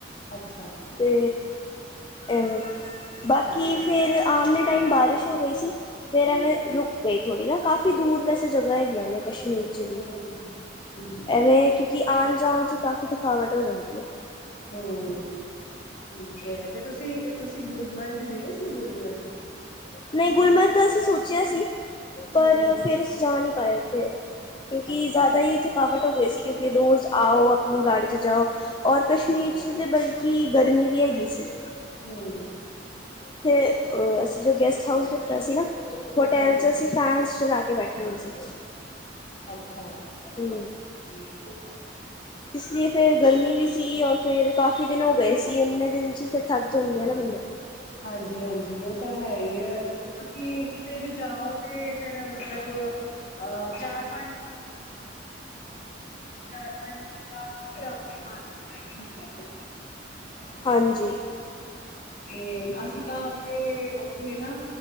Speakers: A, on the left (about 50°); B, on the left (about 25°).
A: ਅੱਛਾ।
B: ਤੇ, ਐਵੇ, ਬਾਕੀ
A: ਅੱਛਾ ਅੱਛਾ,
B: ਫਿਰ ਆਨ ਦੇ ਟੈਮ ਬਾਰਿਸ਼ ਹੋ ਗਈ। ਸੀ, ਫੇਰ ਐਵੇਂ ਰੁਕ ਗਈ ਥੋੜੀ ਨਾ, ਕਾਫੀ ਦੂਰ ਵੈਸੇ ਜਗ੍ਹਾ ਹੈਗੀਆਂ ਨੇ ਕਸ਼ ਕਸ਼ਮੀਰ 'ਚ ਵੀ
A: ਹੂੰ ਹੂੰ
B: ਐਵੇਂ, ਕਿਉਂਕਿ ਆਨ- ਜਾਨ 'ਚ ਕਾਫੀ ਥਕਾਵਟ ਹੋ ਜਾਂਦੀ ਐ,
A: ਹੂੰ, ਠੀਕ ਐ। 'ਤੇ ਤੁਸੀਂ- ਤੁਸੀਂ ਤੁਸੀ ਗੁਲਮਰਗ ਗਏ ਸੀ, ਗੁਲਮਰਗ?
B: ਨਈ, ਗੁਲਮਰਗ ਦਾ ਅਸੀਂ ਸੋਚਿਆ ਸੀ, ਪਰ
A: ਹੂੰ
B: ਫਿਰ ਅਸੀਂ ਜਾ ਨੀ ਪਾਏ ਉੱਥੇ। ਕਿਉਂਕਿ
A: ਅੱਛਾ
B: ਜਾਦਾ ਈ ਥਕਾਵਟ ਹੋ ਗਈ ਸੀ, ਫਿਰ ਰੋਜ਼ ਆਓ, ਅਪਨੀ ਗਾੜੀ 'ਚ ਜਾਓ। ਔਰ ਕਸ਼ਮੀਰ
A: ਅੱਛਾ
B: 'ਚ ਤੇ ਬਲਕਿ, ਗਰਮੀ ਵੀ ਹੈਗੀ ਸੀ।
A: ਹੂੰ।
B: ਅ ਅਸੀਂ ਜੋ ਗੈਸਟ ਹਾਊਸ ਲਿਤਾ ਸੀ ਨਾ? ਹੋਟੈਲ
A: ਹੂੰ
B: 'ਚ ਅਸੀਂ ਫੈਨਸ ਚਲਾ ਕੇ ਬੈਠੇ ਹੋਏ ਸੀ।
A: ਅੱਛਾ।
B: ਹੂੰ।
A: ਠੀਕ ਹੋ ਭਾਈ?
B: ਇਸ ਲੀਏ ਫੇਰ ਗਰਮੀ ਵੀ ਸੀ, ਔ ਫੇਰ ਕਾਫੀ ਦਿਨ ਹੋ ਗਏ ਸੀ, ਇੰਨੇ ਦਿਨ 'ਚ ਫਿਰ ਥੱਕ ਜਾਂਦੈ ਨਾ ਬੰਦਾ।
A: ਹਾਂਜੀ-ਹਾਂਜੀ, ਉਹ ਤਾਂ ਹੈ ਈ ਐ। ਕਿਉਂਕਿ ਕਿਤੇ ਵੀ ਜਾਓ, ਤੇ ਫੇਰ ਮਤਲਬ ਅਹ, ਚਾਰ-ਪੰਜ ਚਾਰ-ਪੰਜ ਦਿਨ ਬਾਦ ਫਿਰ ਆਪੇ ਮਨ ਹੁੰਦੈ ਕਿ, ਮਨ ਹੁੰਦੈ ਕਿ
B: ਹਾਂਜੀ।
A: 'ਤੇ ਅਸੀਂ ਤਾਂ ਆਪੇ, ਓੱਥੇ ਨਾ